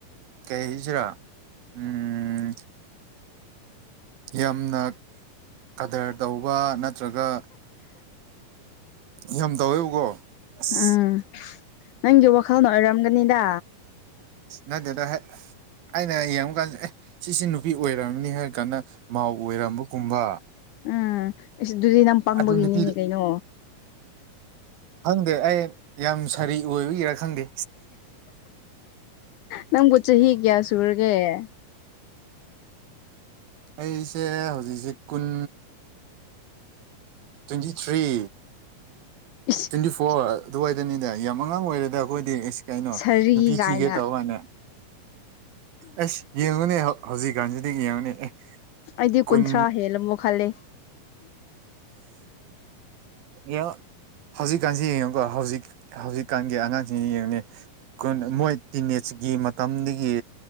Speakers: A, on the right; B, on the left.
A: ꯀꯩ ꯍꯥꯏꯁꯤꯔꯥ ꯎꯝ ꯌꯥꯝꯅ ꯀꯗꯔ ꯇꯧꯕ ꯅꯠꯇ꯭ꯔꯒ ꯌꯥꯝ ꯇꯧꯋꯦꯕꯀꯣ ꯑꯁ
B: ꯎꯝ ꯅꯪꯒꯤ ꯋꯥꯈꯜꯅ ꯑꯣꯏꯔꯝꯒꯅꯤꯗ
A: ꯅ ꯗꯦꯗ ꯍꯥꯏ ꯑꯩꯅ ꯌꯦꯡꯕꯀꯥꯟꯗꯦ ꯑꯦ ꯁꯤꯁꯦ ꯅꯨꯄꯤ ꯑꯣꯏꯔꯝꯅꯤ ꯍꯥꯏꯔ ꯀꯥꯟꯗ ꯃꯥꯎ ꯑꯣꯏꯔꯝꯕꯒꯨꯝꯕ
B: ꯎꯝ ꯑꯩ ꯑꯗꯨꯗꯤ ꯅ ꯄꯪꯕꯒꯤꯅꯤꯅꯦ
A: ꯑꯗꯨ ꯅꯨꯄꯤ
B: ꯀꯩꯅꯣ
A: ꯑꯗ ꯑꯩ ꯌꯥꯝ ꯁꯥꯔꯤ ꯑꯣꯏꯕꯒꯤꯔꯥ ꯈꯪꯗꯦ
B: ꯅꯝꯒꯆ ꯍꯤꯒꯌꯥ ꯁꯔꯒꯦ <unintelligible>
A: ꯑꯩꯁꯦ ꯍꯧꯖꯤꯛ ꯍꯧꯖꯤꯛ ꯀꯨꯟ twenty three
B: is
A: twenty four ꯑꯋꯥꯔ ꯑꯗꯨꯋꯥꯏꯗꯅꯤꯗ ꯌꯥꯝ ꯑꯉꯥꯡ ꯑꯣꯏꯔꯦꯗ ꯑꯩꯈꯣꯏꯗꯤ ꯀꯩꯅꯣ
B: ꯁꯥꯔꯤ
A: ꯅꯨꯄꯤ
B: ꯀꯥꯏꯅ
A: ꯊꯤꯒꯦ ꯇꯧꯕꯅꯦ ꯑꯁ ꯌꯦꯡꯉꯨꯅꯦ ꯍꯧꯖꯤꯛ ꯥꯟꯖꯔꯤꯉꯤ ꯑꯃꯅꯦ ꯑꯦ
B: ꯑꯩꯗꯤ
A: ꯀꯨꯟ
B: ꯀꯨꯟꯊ꯭ꯔꯥ ꯍꯦꯜꯂꯝꯃꯨ ꯈꯂꯦ
A: ꯌ ꯍꯧꯖꯤꯛꯀꯥꯟꯁꯤ ꯌꯦꯡꯉꯨꯀꯣ ꯍꯧꯖꯤꯛ ꯍꯧꯖꯤꯛꯀꯥꯟꯒꯤ ꯑꯉꯥꯡꯁꯤꯡꯁꯤ ꯌꯦꯡꯉꯨꯅꯦ ꯃꯣꯏ ꯇꯤꯤꯟꯦꯖꯀꯤ ꯃꯇꯝꯗꯒꯤ